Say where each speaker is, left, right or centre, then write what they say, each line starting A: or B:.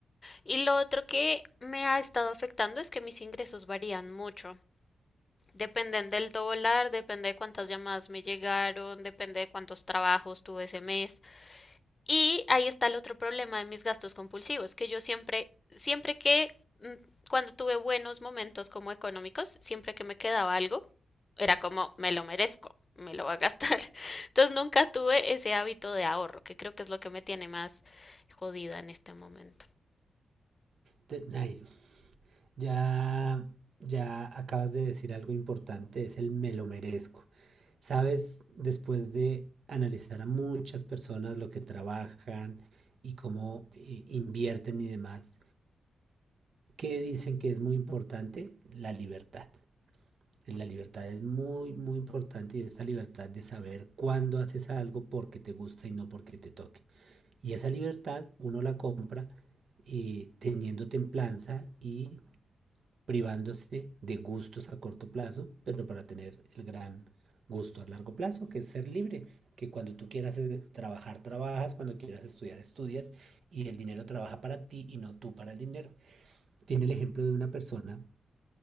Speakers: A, on the left (about 40°); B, on the right (about 65°).
A: Y lo otro que me ha estado afectando es que mis ingresos varían mucho. Dependen del dólar, depende de cuántas llamadas me llegaron, depende de cuántos trabajos tuve ese mes. Y ahí está el otro problema de mis gastos compulsivos, que yo siempre, siempre que, mm, cuando tuve buenos momentos como económicos, siempre que me quedaba algo, era como, me lo merezco, me lo voy a gastar. <laughs> Entonces nunca tuve ese hábito de ahorro, que creo que es lo que me tiene más jodida en este momento.
B: Te- Nail, ya, ya acabas de decir algo importante, es el me lo merezco. Sabes, después de analizar a muchas personas lo que trabajan y cómo eh, invierten y demás, ¿qué dicen que es muy importante? La libertad. La libertad es muy, muy importante y esta libertad de saber cuándo haces algo porque te gusta y no porque te toque. Y esa libertad uno la compra eh, teniendo templanza y privándose de gustos a corto plazo, pero para tener el gran gusto a largo plazo, que es ser libre, que cuando tú quieras eh, trabajar, trabajas, cuando quieras estudiar, estudias, y el dinero trabaja para ti y no tú para el dinero. Tiene el ejemplo de una persona